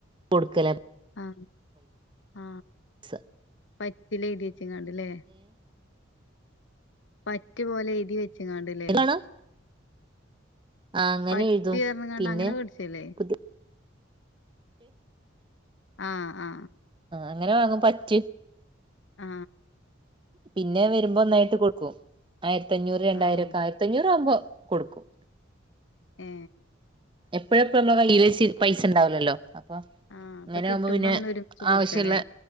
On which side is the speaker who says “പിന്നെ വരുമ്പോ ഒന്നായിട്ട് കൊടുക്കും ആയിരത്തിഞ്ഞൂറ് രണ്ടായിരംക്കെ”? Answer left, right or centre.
Right